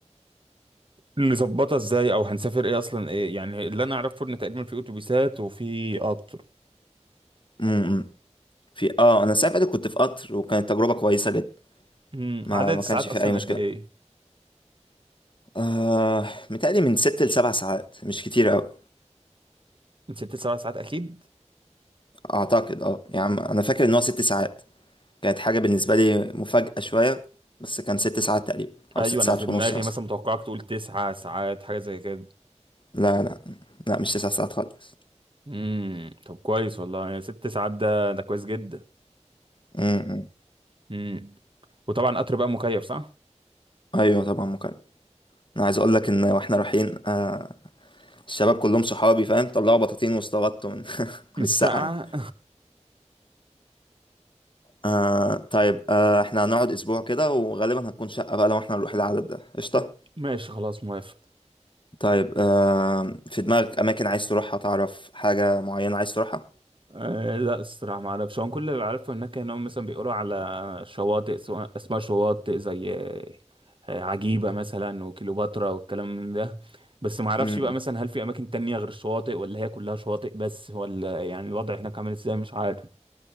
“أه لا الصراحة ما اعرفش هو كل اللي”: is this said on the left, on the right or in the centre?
Right